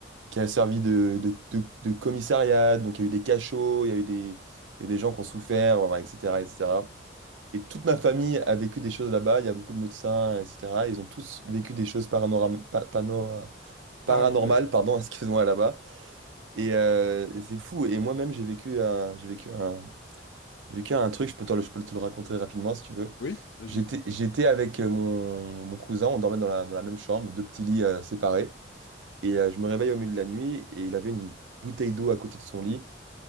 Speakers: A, on the right; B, on the left.
A: qui a servi de, de, de- de commissariat. Donc, il y a eu des cachots, il y a eu des, il y a eu des gens qui ont souffert, voilà, etc., etc. Et cetera. Et toute ma famille a vécu des choses là-bas. Il y a beaucoup de médecins, etc. Ils ont tous vécu des choses panoram- pa- panora- paranormales,
B: Paranormal.
A: pardon, <laughs> excuse-moi, là-bas. Et, euh, et c'est fou. Et moi-même, j'ai vécu un, j'ai vécu un, j'ai vécu un truc. Je peux te le, je peux te le raconter rapidement si tu veux.
B: Oui, vas-y.
A: J'étais, j'étais avec mon, mon cousin. On dormait dans la, dans la même chambre, deux petits lits euh, séparés. Et euh, je me réveille au milieu de la nuit et il avait une bouteille d'eau à côté de son lit.